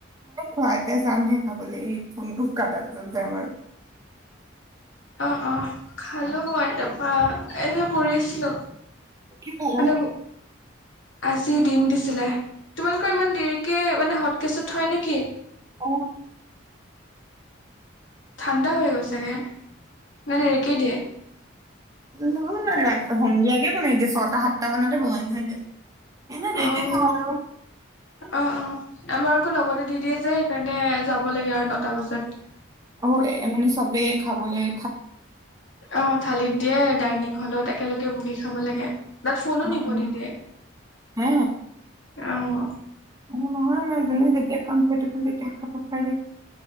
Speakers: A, on the right; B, on the left.
A: অ' এতিয়া যামহে খাবলৈ। এই ফোনটো কাটা পিছত যাম আৰু,
B: অ', অ', খালো মই তাৰপৰা এনে পৰি আছিলো।
A: কি খালা?
B: মানে আজি দিম দিছিলে। তোমালোকৰ ইমান দেৰিকে মানে হট কেচত থয় নেকি?
A: অ',
B: ঠাণ্ডা হৈ গ'ল ছাগে মানে দেৰিকে দিয়ে।
A: নহয় স সন্ধিয়াতে বনাই দিয়ে। ছটা সাতটা মানতে বনাই থৈ দিয়ে। এনে দেৰিকে
B: অ, অ',
A: খাওঁ আৰু
B: অ', আমাৰ আকৌ লগতে দি দিয়ে যে সেইকাৰণে যাব লাগে আৰু নটা বজাত।
A: অ এনেকে চবেই খাবলৈই।
B: অ' থালিত দিয়ে ডাইনিং হলত একেলগে বহি খাব লাগে। তাত ফোনো
A: অ
B: নিব
A: অ
B: নিদিয়ে।
A: হে
B: অহ'
A: অ, নহয় মাজনী যেতিয়া কম্ফৰ্টেবল তেতিয়া খাব পাৰে।